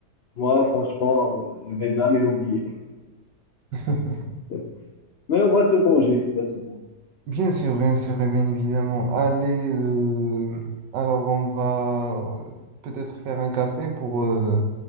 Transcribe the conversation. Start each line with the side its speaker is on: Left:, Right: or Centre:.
Left: moi, franchement, euh, je vais jamais l'oublier.
Right: <laughs>
Left: <laughs> Mais on va se venger, on va se venger.
Right: Bien sûr, bien sûr, et bien évidemment. Allez, euh, alors on va euh, peut-être faire un café pour euh,